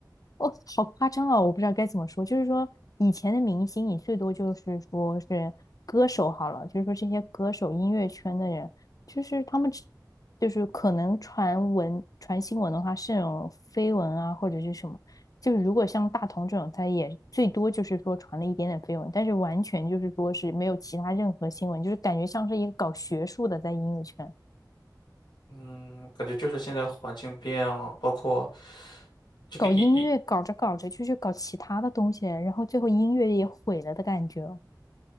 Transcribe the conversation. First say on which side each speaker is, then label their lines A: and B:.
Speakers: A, on the left; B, on the left.
A: 我哦好夸张啊、哦我不知道该怎么说，就是说以前的明星，你最多就是说是歌手好了，就是说这些歌手音乐圈的人，就是他们就是可能传闻传新闻的话是那种绯闻啊或者是什么。就是如果像大同这种，他也最多就是说传了一点点绯闻，但是完全就是说是没有其他任何新闻，就是感觉像是一个搞学术的在音乐圈
B: 嗯，感觉就是现在环境变了，包括这个音音，
A: 搞音乐，搞着搞着就去搞其他的东西，然后最后音乐也毁了的感觉哦。